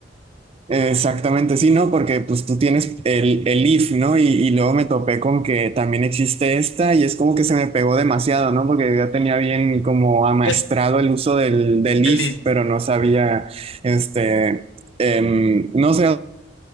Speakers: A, on the right; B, on the left.
A: Exactamente, sí, ¿no? Porque pues tú tienes el, el if, ¿no? Y, y luego me topé con que también existe esta y es como que se me pegó demasiado, ¿no? Porque ya tenía bien como amaestrado
B: Es
A: el uso del, del
B: the
A: if,
B: leaf,
A: pero no sabía, este, em, no sé,